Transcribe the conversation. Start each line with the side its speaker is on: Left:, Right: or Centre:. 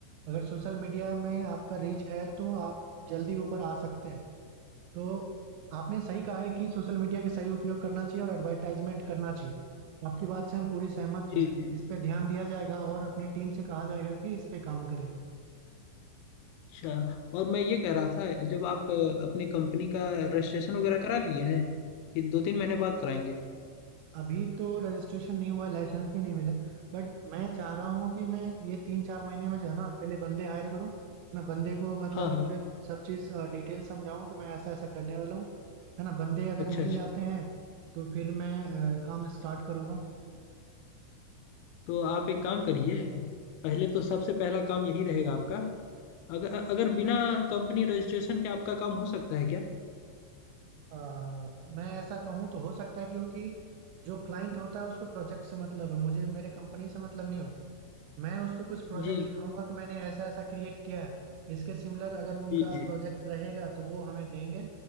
Right: अगर सोशल मीडिया में आपका रीच है तो आप जल्दी ऊपर आ सकते हैं तो आपने सही कहा है कि सोशल मीडिया का सही उपयोग करना चाहिए और एडवर्टाइजमेंट करना चाहिए आपकी बात से हम पूरी सहमत
Left: जी
Right: हैं
Left: जी
Right: इस पे ध्यान दिया जाएगा और अपनी टीम से कहा जाएगा कि इस पे काम करें
Left: अच्छा और मैं ये कह रहा था जब आप अ, अपने कंपनी का रजिस्ट्रेशन वगैरह करा लिए हैं कि दो तीन महीने बाद कराएंगे
Right: अभी तो रजिस्ट्रेशन नहीं हुआ है लाइसेंस भी नहीं मिला बट मैं चाह रहा हूँ कि मैं ये तीन चार महीने में जो है ना पहले बंदे हायर करूँ है ना बंदे को मतलब
Left: हाँ हाँ
Right: पूरे सब चीज़ डिटेल समझाऊँ कि मैं ऐसा ऐसा करने वाला हूँ है ना बंदे अगर
Left: अच्छा
Right: मिल
Left: अच्छा
Right: जाते हैं तो फिर मैं अ, काम स्टार्ट करूँगा
Left: तो आप एक काम करिए पहले तो सबसे पहला काम यही रहेगा आपका अगर अगर बिना कंपनी रजिस्ट्रेशन के आपका काम हो सकता है क्या
Right: अ, मैं ऐसा कहूँ तो हो सकता है क्योंकि जो क्लाइंट होता है उसको प्रोजेक्ट से मतलब है मुझे मेरे कंपनी से मतलब नहीं होता मैं उसको कुछ प्रोजेक्ट
Left: जी
Right: दिखाऊंगा कि मैंने ऐसा ऐसा क्रिएट किया है इसके सिमिलर अगर उनका
Left: जी जी
Right: प्रोजेक्ट रहेगा तो वो हमें देंगे